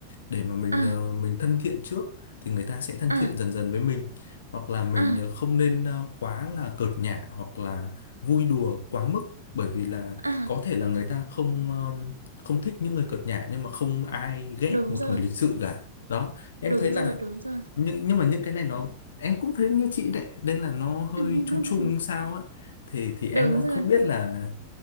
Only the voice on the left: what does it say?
để mà mình
ờ, mình thân thiện trước thì người ta sẽ thân
thiện dần dần với mình hoặc là mình
ờ, không nên ờ, quá là cợt nhả hoặc là vui đùa quá mức bởi vì là
có thể là người ta không ờ, không thích những người cợt nhả nhưng mà không ai ghét
một
người lịch sự cả đó em
thấy là
nhưng nhưng mà những cái này nó em cũng thấy như chị đấy nên là nó hơi
chung chung sao á thì thì em
đang
không biết là